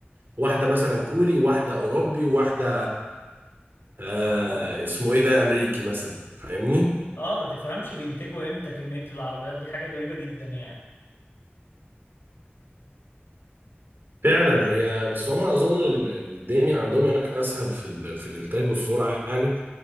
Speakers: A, on the right; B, on the left.
A: واحدة مثلا كوري وواحدة أوروبي وواحدة آه اسمه إيه ده أمريكي مثلا فاهمني؟
B: اه ما تفهمش بينتجوا امتى كميه العربيات دي حاجه غريبه جدا يعني
A: فعلا هي بس هما أظن ال- الدنيا عندهم هناك أسهل في ال- في الإنتاج والسرعة يعني